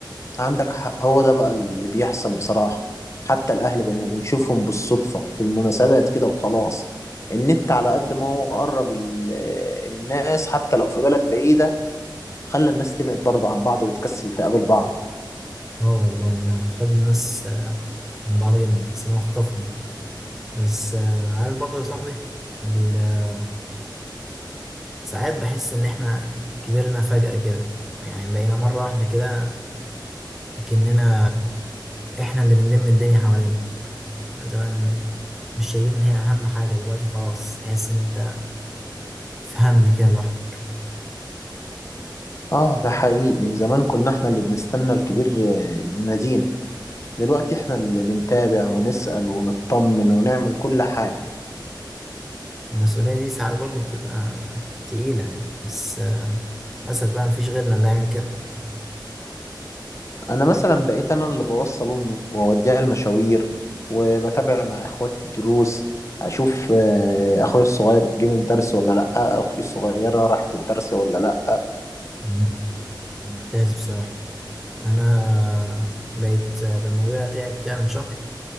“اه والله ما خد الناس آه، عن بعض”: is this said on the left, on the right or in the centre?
Centre